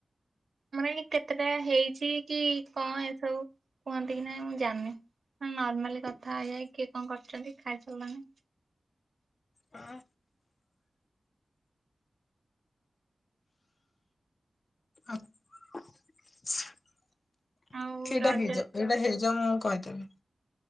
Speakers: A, on the right (about 65°); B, on the left (about 60°).
A: ମାନେ କେତେଟା ହେଇଛି। କି କଣ ଏସବୁ। କୁହନ୍ତି କି ନାଇଁ ମୁଁ ଜାଣନି। ନର୍ମାଲି କଥ ଥା ହେଇ ହେଇ କିଏ କଣ କରୁଛନ୍ତି ଖାଇସାରଲଣି।
B: ହଁ। ଆଉ। ଏଇଟା
A: ଆଉ ରଜରେ
B: ହେଇଯାଉ ଏଇଟା ହେ ଜ ମୁଁ କହିଦେବି।